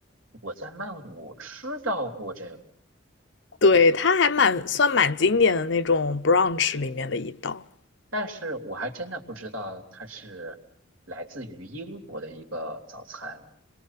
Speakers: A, on the right (about 75°); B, on the left (about 55°).
A: 我在曼谷吃到过这个，
B: 对，它还蛮算蛮经典的那种 brunch 里面的一道，
A: 但是我还真的不知道它是来自于英国的一个早餐。